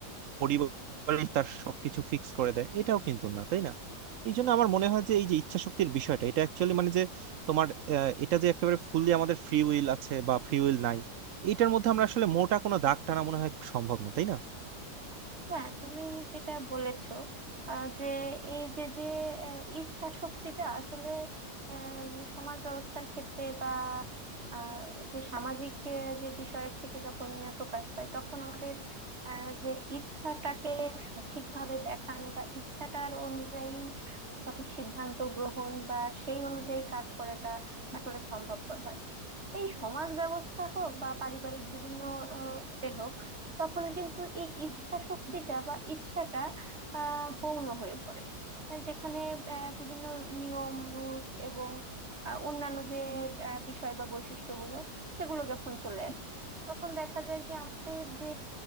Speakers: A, on the right; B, on the right.
A: পরিবারই তার সবকিছু ফিক্স করে দেয় এটাও কিন্তু না তাই না এই জন্য আমার মনে হয় যে এই যে ইচ্ছা শক্তির বিষয়টা এটা অ্যাকচুয়ালি মানে যে তোমার আহ, এটা যে একেবারে ফুললি আমাদের ফ্রি উইল আছে বা ফ্রি উইল নাই এটার মধ্যে আমরা আসলে মোটা কোনো দাগ টানা মনে হয় সম্ভব না তাই না
B: হ্যাঁ তুমি যেটা বলেছো আহ, যে এই যে যে আহ, ইচ্ছা শক্তিটা আসলে আহ, মানে সমাজ ব্যবস্থার ক্ষেত্রে বা আহ, যে সামাজিক আহ, যে বিষয়ের থেকে যখন প্রকাশ পায় তখন আমাদের আহ, যে ইচ্ছাটাকে সঠিকভাবে দেখানো বা ইচ্ছাটার অনুযায়ী সঠিক সিদ্ধান্ত গ্রহণ বা সেই অনুযায়ী কাজ করাটা আসলে সম্ভবপর হয় না। এই সমাজ ব্যবস্থা হোক বা পারিবারিক বিভিন্ন আহ, এ হোক তখন কিন্তু এই ইচ্ছা শক্তিটা বা ইচ্ছাটা আহ গৌণ হয়ে পড়ে যেখানে আহ, বিভিন্ন নিয়ম রুলস এবং আহ, অন্যান্য যে আহ, বিষয় বা বৈশিষ্ট্যগুলো সেগুলো যখন চলে আসে তখন দেখা যায় যে আমাদের যে